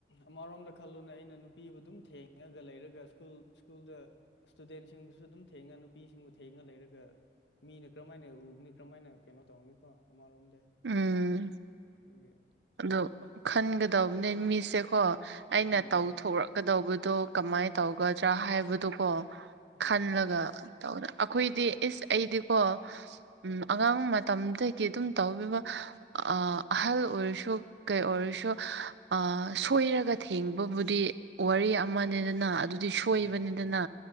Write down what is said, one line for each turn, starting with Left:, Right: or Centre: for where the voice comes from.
Left: ꯑꯃꯔꯣꯝꯗ ꯈꯜꯂꯨꯅꯦ ꯑꯩꯅ ꯅꯨꯄꯤꯕꯨ ꯑꯗꯨꯝ ꯊꯦꯡꯉꯤ ꯉꯥꯒ ꯂꯩꯔꯒ ꯁ꯭ꯀꯨꯜ ꯁ꯭ꯀꯨꯜꯗ ꯏꯁꯇꯨꯗꯦꯟꯁꯤꯡꯕꯨꯁꯨ ꯑꯗꯨꯝ ꯊꯦꯡꯉꯥ ꯅꯨꯄꯤꯁꯤꯡꯕꯨ ꯊꯦꯡꯉꯥ ꯂꯩꯔꯒ ꯃꯤꯅ ꯀꯔꯝꯍꯥꯏꯅ ꯎꯕꯅꯤ ꯀꯔꯝꯍꯥꯏꯅ ꯀꯩꯅꯣ ꯇꯧꯅꯤꯀꯣ ꯑꯃꯔꯣꯝꯗꯤ
Right: ꯎꯝ
Left: ꯑꯗꯨꯒꯤ
Right: ꯑꯗꯣ ꯈꯟꯒꯗꯕꯅꯦ ꯃꯤꯁꯦꯀꯣ ꯑꯩꯅ
Left: ꯎꯝ
Right: ꯇꯧꯊꯣꯔꯛ ꯀꯗꯧꯕꯗꯣ ꯀꯃꯥꯏꯅ ꯇꯧꯒꯗ꯭ꯔꯥ ꯍꯥꯏꯕꯗꯨꯀꯣ
Left: ꯍꯣꯏ
Right: ꯈꯜꯂꯒ ꯇꯧꯒꯗ ꯑꯩꯈꯣꯏꯗꯤ ꯏꯁ ꯑꯩꯗꯤꯀꯣ ꯎꯝ ꯑꯉꯥꯡ ꯃꯇꯝꯗꯒꯤ ꯑꯗꯨꯝ ꯇꯧꯕꯤꯕ ꯑꯍꯜ ꯑꯣꯏꯔꯁꯨ ꯀꯩ ꯑꯣꯏꯔꯁꯨ ꯑ ꯁꯣꯏꯔꯒ ꯊꯦꯡꯕꯕꯨꯗꯤ ꯋꯥꯔꯤ ꯑꯃꯅꯦꯗꯅ ꯑꯗꯨꯗꯤ ꯁꯣꯏꯕꯅꯤꯗꯅ
Left: ꯍꯣꯏ ꯍꯣꯏ